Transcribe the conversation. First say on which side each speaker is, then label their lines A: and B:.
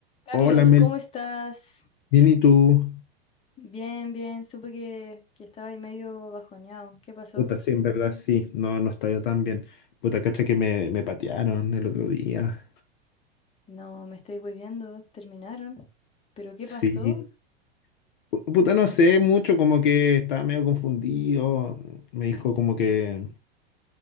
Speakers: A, on the left; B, on the left.
A: Carlos,
B: Hola Mel,
A: ¿cómo estás?
B: bien y tú.
A: Bien, bien. Supe que, que estaba ahí medio bajoneado. ¿Qué pasó?
B: Puta, sí, en verdad sí, no, no está yo tan bien. Puta, cacha que me, me patearon el otro día.
A: No, me estoy volviendo. Terminaron. ¿Pero qué
B: Sí.
A: pasó?
B: Pu- Puta, no sé mucho, como que estaba medio confundido. Me dijo como que